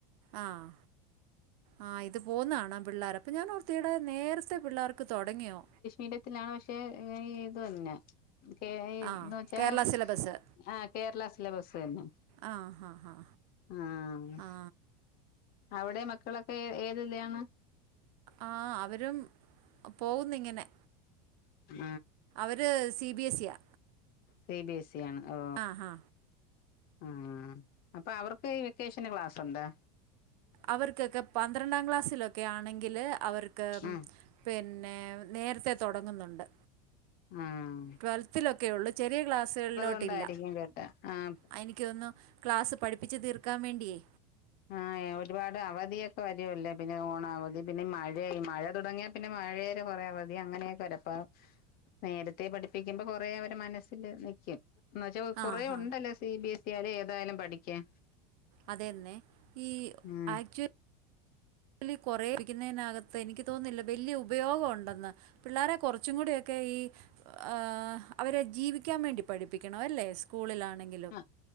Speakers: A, on the right; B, on the left.
A: ആഹ് ആ ഇത് പോവുന്നകാണാ പിള്ളേര അപ്പോം ഞാൻ ഓർത്തേടെ നേരത്തെ പിള്ളാർക്ക് തൊടങ്ങിയോ
B: ഇടത്തിലാണ് പക്ഷെ ഏയ് ഏതു അല്ലാ കെ എയ് ഐ
A: ആ
B: എന്ന് വെച്ചാ
A: കേരള സിലബസ്
B: ആഹ കേരള സിലബസ് അന്നെ
A: ആഹ ഹാ ഹാ
B: ആ ഹ്
A: ആ
B: അവ്ടെ മക്കളൊക്കെ ഏത് ലിയാണ്
A: ആ അവരും പോവുന്നുങ്ങിനെ
B: ആ
A: ഒര് സി ബി എസിയാ
B: സി ബി എസ് ഇ ആണ് ഓ
A: അഹാ
B: ആ അപ്പൊ അവർക്ക് ഈ വെക്കേഷന് ക്ലാസ്ണ്ടോ?
A: അവർക്കൊക്കെ പന്ത്രണ്ടാം ക്ലാസ്സിലൊക്കെ ആണെങ്കിൽ അവർക്ക്
B: ആ
A: പിന്നേ നേരെത്തെ തൊടങ്ങുന്ന്ണ്ട്
B: ആഹ്
A: റ്റൊൽത്തിലൊക്കെ ഉള്ളൂ ചെറിയ ക്ലാസ്സുകളിലോട്ടില്ല
B: കൊണ്ടായിരിക്കും കേട്ടാ ആ
A: അയ് എനിക്ക് തോന്നുന്നു ക്ലാസ് പഠിപ്പിച്ച് തീർക്കാൻ വേണ്ടിയേ
B: ആഹ ഒരുപാട് അവധിയൊക്കെ വരുവല്ലേ പിന്നെ ഓണവധി പിന്നെ മഴയായി മഴ തുടങ്ങിയ പിന്നെ മഴയേരെ കൊറേ അവധി. അങ്ങനെയൊക്കെ വരപ്പ നേരത്തെ പഠിപ്പിക്കുമ്പൊ കൊറേ അവരെ മനസ്സില് നിക്കും. എന്ന് വെച്ചാ
A: ആ
B: കൊറേ
A: ഹാ
B: ഉണ്ടല്ലോ സി ബി എസ് ഇ ആലും ഏതായാലും പഠിക്കാൻ.
A: അതേന്നെ. ഈ
B: ഉം
A: ആക്ച്വ ലി കൊറേ ക്കിന്നതിനകത്ത് എനിക്ക് തോന്നുന്നില്ല വല്യ ഉപയോഗം ഉണ്ടെന്ന്. പിള്ളേരെ കൊറച്ചും കൂടിയൊക്കെ ഈ ഈഹ് അവരെ ജീവിക്കാൻ വേണ്ടി പഠിപ്പിക്കണവല്ലേ സ്കൂളിലാണെങ്കി
B: അഹ്.